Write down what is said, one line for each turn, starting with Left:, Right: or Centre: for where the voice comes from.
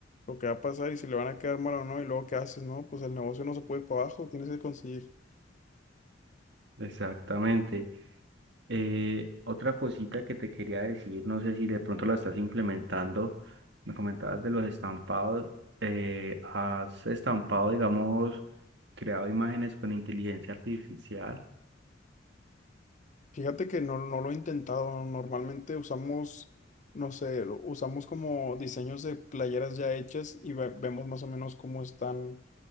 Left: lo que va a pasar y si le van a quedar mal o no, y luego qué haces, ¿no? Pues el negocio no se puede ir para abajo, tienes que conseguir.
Right: Exactamente. Eh, otra cosita que te quería decir, no sé si de pronto la estás implementando, me comentabas de los estampados, eh, has estampado, digamos, creado imágenes con inteligencia artificial.
Left: Fíjate que no, no lo he intentado, normalmente usamos, no sé, lo- usamos como diseños de playeras ya hechas y ve- vemos más o menos cómo están